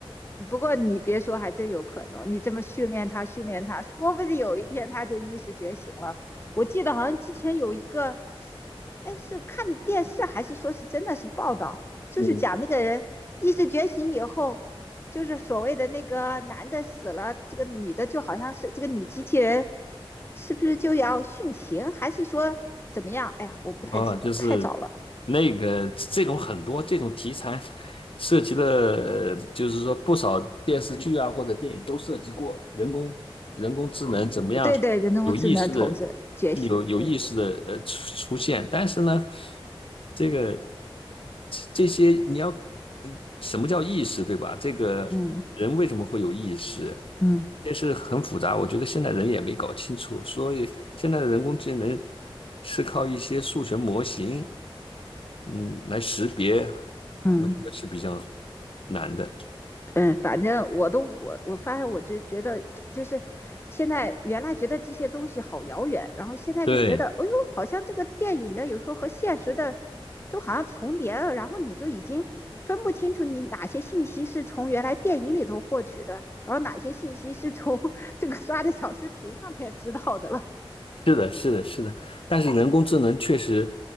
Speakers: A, on the left; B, on the left.
A: 不过你别说，还真有可能。你这么训练他，训练他，说不定有一天他就意识觉醒了。我记得好像之前有一个，哎，是看的电视还是说是真的是报道，
B: <laughs>。
A: 就是讲那个人意识觉醒以后，
B: 嗯，
A: 就是所谓的那个男的死了，这个女的就好像是这个女机器人，是不是就要殉情，还是说怎么样？哎呀，我不太记得了，
B: 啊，就是
A: 太早了。
B: 那个这种很多这种题材涉及的，呃就是说不少电视剧啊或者电影都涉及过人工人工智能怎么样有意识的、
A: 对对，人工智能统治觉醒，
B: 有有意识的呃出出现，
A: 对，
B: 但是呢。这个这些你要，嗯什么叫意识，对吧？这个人为什么会有意识，
A: 嗯嗯
B: 这是很复杂。我觉得现在人也没搞清楚，所以现在的人工智能是靠一些数学模型，嗯，来识别，
A: 嗯。
B: 我觉得是比较难的。
A: 嗯，反正我都我我发现，我就觉得就是现在原来觉得这些东西好遥远，然后现在就觉得，
B: 对，
A: 哎呦，好像这个电影的有时候和现实的都好像重叠了，然后你就已经分不清楚你哪些信息是从原来电影里头获取的，然后哪些信息是从 <laughs> 这个刷的小视频上面知道的了。
B: 是的，是的，是的，但是人工智能确实，